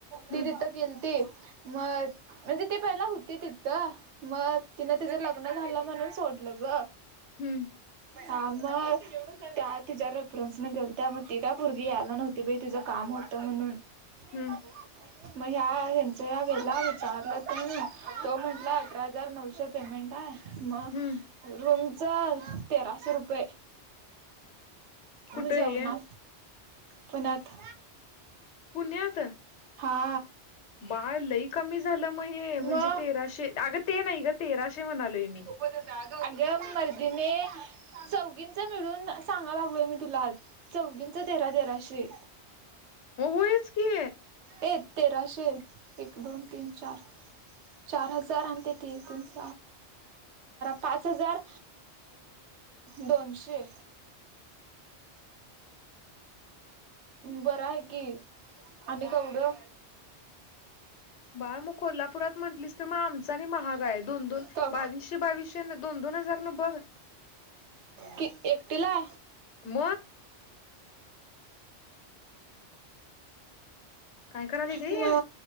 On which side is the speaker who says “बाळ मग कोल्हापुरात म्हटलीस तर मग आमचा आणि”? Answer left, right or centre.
Left